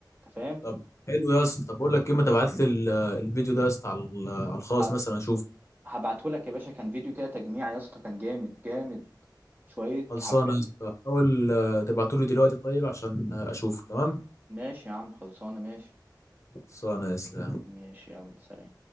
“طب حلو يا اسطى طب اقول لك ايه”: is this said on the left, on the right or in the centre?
Left